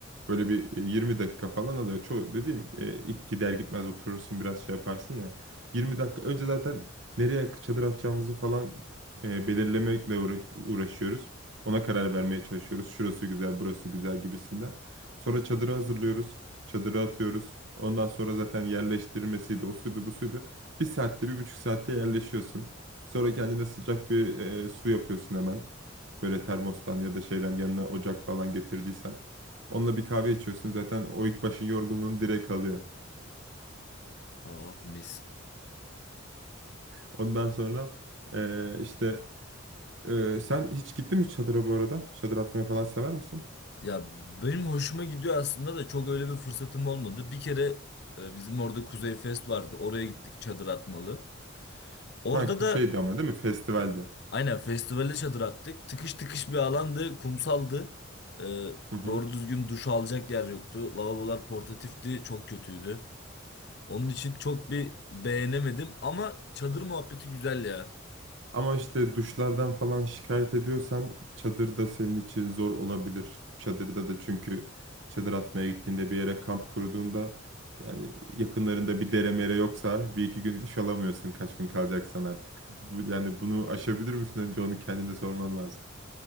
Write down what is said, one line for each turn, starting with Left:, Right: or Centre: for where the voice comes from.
Right: Böyle bir e, 20 dakika falan alıyor. Çoğu dediğim e, ilk gider gitmez oturursun biraz şey yaparsın ya. 20 dakika önce zaten nereye çadır atacağımızı falan e, belirlemekle uğra- uğraşıyoruz. Ona karar vermeye çalışıyoruz. Şurası güzel, burası güzel gibisinden. Sonra çadırı hazırlıyoruz. Çadırı atıyoruz. Ondan sonra zaten yerleştirmesiydi. O suydu, bu suydu. Bir saatte, bir buçuk saatte yerleşiyorsun. Sonra kendine sıcak bir e, su yapıyorsun hemen. Böyle termostan ya da şeyden yanına ocak falan getirdiysen. Onunla bir kahve içiyorsun. Zaten o ilk başın yorgunluğunu direkt alıyor.
Left: Ah mis.
Right: Ondan sonra e, işte e, sen hiç gittin mi çadıra bu arada? Çadır atmayı falan sever misin?
Left: Ya benim hoşuma gidiyor aslında da çok öyle bir fırsatım olmadı. Bir kere e, bizim orada Kuzey Fest vardı. Oraya gittik çadır atmalı. Orada
Right: Ha ku-
Left: da
Right: şeydi ama değil mi? Festivaldi.
Left: Aynen festivale çadır attık. Tıkış tıkış bir alandı, kumsaldı. Ee,
Right: Hı hı.
Left: doğru düzgün duş alacak yer yoktu. Lavabolar portatifti, çok kötüydü. Onun için çok bir beğenemedim ama çadır muhabbeti güzel ya.
Right: Ama işte duşlardan falan şikayet ediyorsan çadır da senin için zor olabilir. Çadırda da çünkü çadır atmaya gittiğinde bir yere kamp kurduğunda yani yakınlarında bir dere mere yoksa bir iki gün duş alamıyorsun kaç gün kalacaksan artık. Bu, yani bunu aşabilir misin? Önce onu kendine sorman lazım.